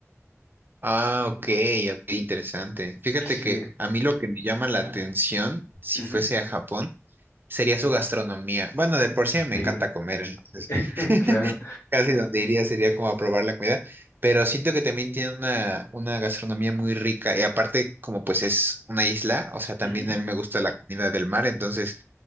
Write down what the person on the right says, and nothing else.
Ah, ok, ok, interesante. Fíjate
que a mí lo que me llama la atención, si
fuese a Japón, sería su gastronomía. Bueno, de por sí
me encanta comer, entonces
<laughs>
casi donde iría sería como a probar la comida, pero siento que también tiene una, una gastronomía muy rica y aparte como pues es una isla, o sea, también
a mí me gusta la comida del mar, entonces